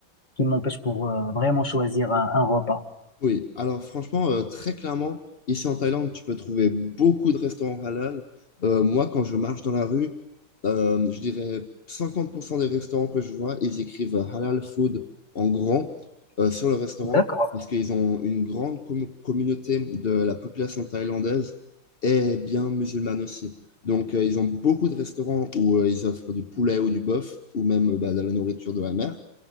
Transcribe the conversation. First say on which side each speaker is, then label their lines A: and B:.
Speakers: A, on the left; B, on the left.
A: qui m'empêche pour euh, vraiment choisir un, un repas.
B: Oui, alors franchement, euh, très clairement, ici en Thaïlande, tu peux trouver beaucoup de restaurants halal. Euh, moi, quand je marche dans la rue, euh, je dirais 50% des restaurants que je vois, ils écrivent euh, halal food en grand euh, sur le restaurant
A: D'accord.
B: parce qu'ils ont une grande com- communauté de la population thaïlandaise et bien musulmane aussi. Donc, euh, ils ont beaucoup de restaurants où euh, ils offrent du poulet ou du bœuf ou même euh, bah, de la nourriture de la mer.